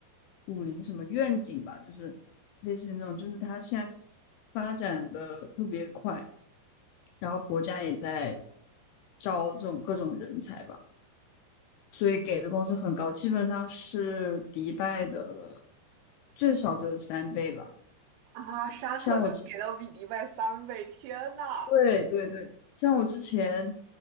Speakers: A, on the left; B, on the right.
A: 五零什么愿景吧，就是类似于那种，就是它现在发展的特别快。然后国家也在招这种各种人才吧，所以给的工资很高，基本上是迪拜的最少都有三倍吧。
B: 啊，沙特能给到比迪拜三倍，
A: 像我之
B: 天呐！
A: 对对对，像我之前，